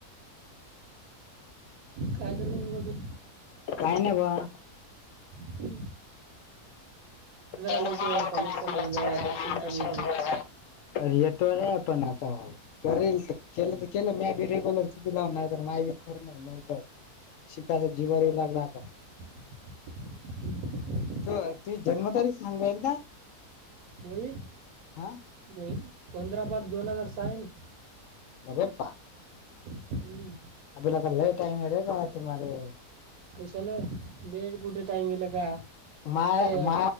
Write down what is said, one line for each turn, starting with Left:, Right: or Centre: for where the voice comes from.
Right: काय करतु्ही बघी
Left: काय नाही बा
Right: हम्म
Left: क
Right: लवकर कॉलेज चालू
Left: कज
Right: झालंय
Left: अशनले.
Right: ॲडमिशन चालू आहे इथे
Left: अ येतो पण आता. करेल केलं तर केलं मी बी रेग्युलर किथती लावून नाही तर माय बी खरं नाही मला तर. शिकाय जीवारी येऊ लागला आता.
Right: <inaudible>
Left: त तुझ जन्मतारीख सांगू एकदा
Right: मई
Left: हा
Right: म पंधरा पाच दोन हजार सहा ना
Left: अरे बा
Right: हम्म
Left: अला का टाईम रे तुम्हाला
Right: कशा आलंला लेट कुठे टाईम येला का
Left: मा
Right: ए
Left: मा